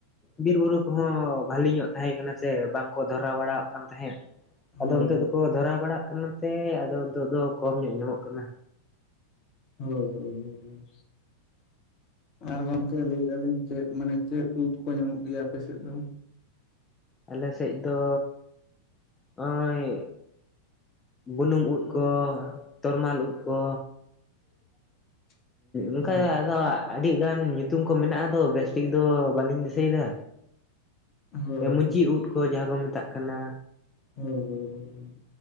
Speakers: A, on the left; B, on the left.
A: ᱵᱤᱨ ᱵᱩᱨᱩ ᱠᱚᱦᱚᱸ ᱵᱷᱟᱞᱤ ᱧᱚᱜ ᱛᱟᱦᱮᱸ ᱠᱟᱱᱟ ᱥᱮ ᱵᱟᱝ ᱠᱚ ᱫᱷᱚᱨᱟᱣ ᱵᱟᱲᱟᱣᱟᱜ ᱠᱟᱱ ᱛᱟᱦᱮᱸᱫ
B: ᱦᱳᱭ
A: ᱟᱫᱚ ᱱᱤᱛᱳᱜ
B: ᱦᱳᱭ
A: ᱫᱚᱠᱚ ᱫᱷᱚᱨᱟᱣ ᱵᱟᱲᱟᱣᱟᱜ ᱠᱟᱱᱟ ᱛᱮ ᱟᱫᱚ ᱱᱤᱛᱳᱜ ᱫᱚ ᱠᱚᱢ ᱧᱚᱜ ᱧᱟᱢᱚᱜ ᱠᱟᱱᱟ
B: ᱦᱳᱭ ᱦᱳᱭ ᱦᱳᱭ ᱦᱳᱭ ᱟᱨ ᱜᱚᱝᱠᱮ ᱞᱟᱹᱭᱮᱼᱟ ᱞᱤᱧ ᱪᱮᱫ ᱢᱟᱱᱮ ᱪᱮᱫ ᱩᱫᱽ ᱠᱚ ᱧᱟᱢᱚᱜ ᱜᱮᱭᱟ ᱟᱯᱮᱥᱮᱫ ᱫᱚ?
A: ᱟᱞᱮᱥᱮᱫ ᱫᱚ ᱱᱚᱜᱼᱚᱭ ᱵᱩᱱᱩᱢ ᱩᱫᱽ ᱠᱚ ᱛᱚᱨᱢᱟᱞ ᱩᱽᱫ ᱠᱚ
B: <inaudible>
A: ᱚᱱᱠᱟ
B: ᱦᱳᱭ
A: ᱟᱫᱚ ᱟᱹᱰᱤ ᱜᱟᱱ ᱧᱩᱛᱩᱢ ᱠᱚ ᱢᱮᱱᱟᱜᱼᱟ ᱟᱫᱚ ᱵᱮᱥᱴᱷᱤᱠ ᱫᱚ ᱵᱟᱹᱞᱤᱧ ᱫᱤᱥᱟᱹᱭᱮᱫᱟ
B: ᱦᱳᱭ
A: ᱦᱮᱸ
B: ᱦᱳᱭ
A: ᱢᱩᱪᱤ ᱩᱫᱽ ᱠᱚ ᱡᱟᱦᱟᱸ ᱠᱚ ᱢᱮᱛᱟᱜ ᱠᱟᱱᱟ
B: ᱦᱳᱭ ᱦᱳᱭ ᱦᱳᱭ ᱦᱳᱭ